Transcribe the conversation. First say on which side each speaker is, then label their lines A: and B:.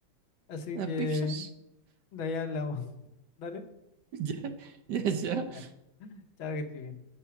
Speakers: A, on the left; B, on the right.
A: así
B: unas
A: que
B: pizzas. <laughs>
A: de ahí hablamos. <laughs> Dale,
B: Ya, ya, ya.
A: ya. Chao, que estés bien.